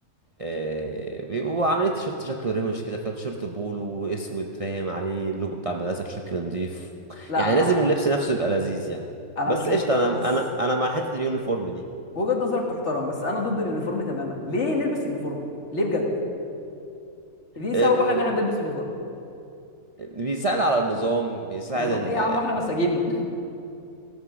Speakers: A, on the right; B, on the left.
A: آه، بيبقوا عاملين تيشيرت شكله روش كده فاهم تيشيرت بولو اسود فاهم عليه اللوجو بتاع المدرسه بشكل نظيف
B: لا
A: يعني
B: انا
A: لازم اللبس نفسه يبقى لذيذ يعني
B: انا
A: بس
B: مش
A: قشطه
B: مقتنع بص
A: انا انا انا مع حته اليونيفورم دي
B: وجهه نظرك تحترم بس انا ضد اليونيفورم تماما ليه نلبس يونيفورم ليه بجد دي سبب
A: آه، ب- ب-
B: واحد ان احنا بنلبس يونيفورم
A: بيساعد على النظام بيساعد
B: نظام
A: ان
B: ايه يا عم واحنا مساجين <laughs>